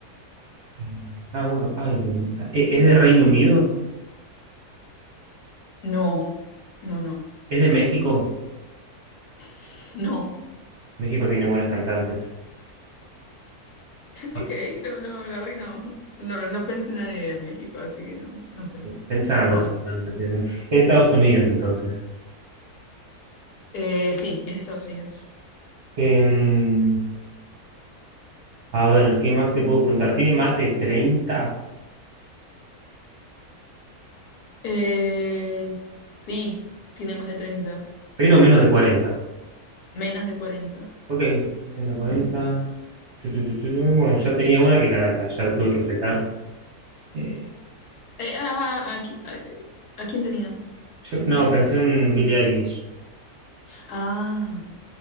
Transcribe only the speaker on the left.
No, no, no,
<laughs> no.
Ok, no, no, la verdad que no. No, no pensé en nadie de México, así que no, no sé.
No.
Eh, sí, es de Estados Unidos.
Eh, sí, tiene más de treinta,
menos de cuarenta,
Eh, ah, aquí- ah, eh, ¿a quién tenías?
Ah,